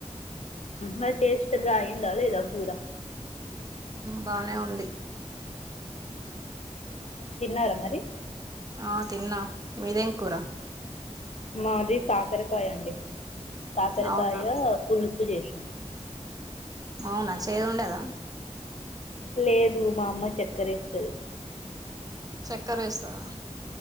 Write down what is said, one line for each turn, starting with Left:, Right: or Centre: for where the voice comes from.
Left: మరి టేస్ట్గాంగ అయ్యిందా లేద కూర
Right: బానే ఉంది
Left: తిన్నార మరి
Right: ఆ తిన్నా మీదేం కూర
Left: మాది కాకరకాయ అండి కాకరకాయ
Right: అవునా
Left: పులుసు చేసు
Right: అవునా చేదు ఉండద
Left: లేదు మా అమ్మ చక్కర ఎస్తది
Right: చక్కర ఎస్తదా